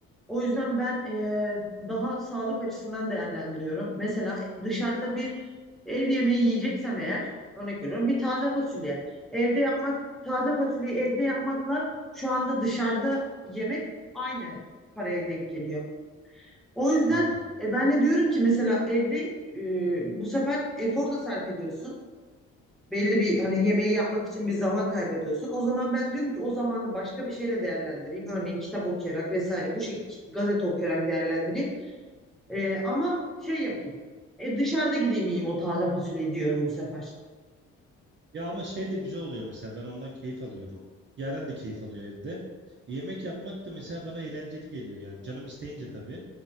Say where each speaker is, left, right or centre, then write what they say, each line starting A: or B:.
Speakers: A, in the centre; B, on the right.
A: O yüzden ben e, daha sağlık açısından değerlendiriyorum. Mesela dışarıda bir ev yemeği yiyeceksem eğer örnek veriyorum bir taze fasulye. Evde yapmak Taze fasulyeyi evde yapmakla şu anda dışarıda yemek aynı paraya denk geliyor. O yüzden
B: Anladım.
A: e, ben de diyorum ki mesela evde e, bu sefer efor da sarf ediyorsun. Belli bir hani yemeği yapmak için bir zaman kaybediyorsun. O zaman ben diyorum ki o zamanı başka bir şeyle değerlendireyim. Örneğin kitap okuyarak vesaire bu şekilde gazete okuyarak değerlendireyim. E, ama şey yapayım. E, dışarıda gideyim yiyeyim o taze fasulyeyi diyorum bu sefer.
B: Ya ama şey de güzel oluyor mesela ben ondan keyif alıyorum. Yaren de keyif alıyor evde. Yemek yapmak da mesela bana eğlenceli geliyor yani canım isteyince tabii.